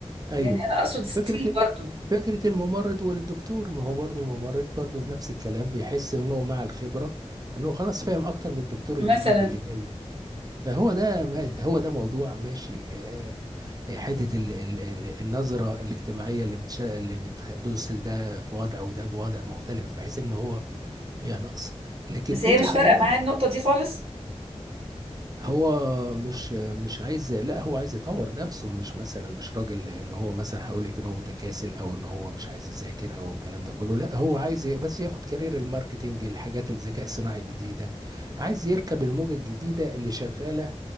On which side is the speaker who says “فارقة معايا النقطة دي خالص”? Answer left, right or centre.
Right